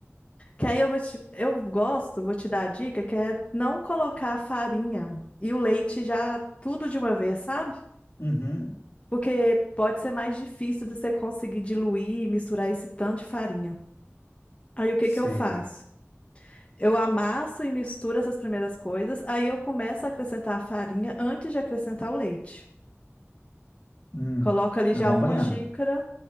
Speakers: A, on the left; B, on the left.
A: Que aí eu vou te, eu gosto, vou te dar a dica que é não colocar a farinha e o leite já tudo de uma vez, sabe?
B: uhum,
A: Porque pode ser mais difícil de você conseguir diluir e misturar esse tanto de farinha. Aí o que
B: sei.
A: que eu faço? Eu amasso e misturo essas primeiras coisas, aí eu começo a acrescentar a farinha antes de acrescentar o leite.
B: Hum,
A: Coloco ali
B: tô
A: já
B: acompanhando,
A: uma xícara,